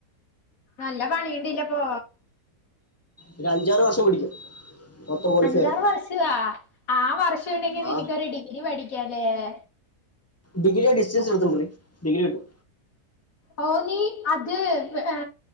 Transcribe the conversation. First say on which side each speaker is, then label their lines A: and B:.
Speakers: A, on the left (about 60°); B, on the left (about 15°).
A: നല്ല പണിണ്ടല്ലപ്പോ
B: ഒരു അഞ്ചാറ് വർഷം പിടിക്കും, മൊത്തം ക്വാളിഫൈ
A: അഞ്ചാറ്
B: ആവാൻ
A: വർഷ ആ ആ വർഷംണ്ടെങ്കി നിനക്കൊരു
B: ആ
A: ഡിഗ്രി പഠിക്കാലേ ഏ
B: ഡിഗ്രിയ ഡിസ്റ്റൻസ് എടുത്തടി ഡിഗ്രി കിട്ടും.
A: ഓ നീ അത് ഏ